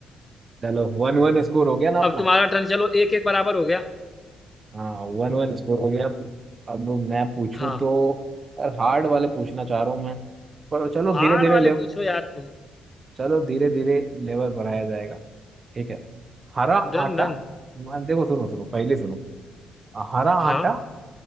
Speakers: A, on the right; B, on the left.
A: चलो वन वन स्कोर हो गया ना
B: अब
A: अपना
B: तुम्हारा टर्न चलो एक एक बराबर हो गया
A: हाँ वन वन स्कोर हो गया अब मैं पूछूं
B: हाँ
A: तो यार हार्ड वाले पूछना चाह रहा हूँ मैं पर चलो
B: हार्ड
A: धीरे धीरे
B: वाले
A: ले
B: पूछो यार तुम
A: चलो धीरे धीरे लेवल बढ़ाया जाएगा ठीक है हरा
B: Done
A: आटा
B: done
A: मैं- देखो सुनो सुनो पहले सुनो हरा
B: हाँ
A: आटा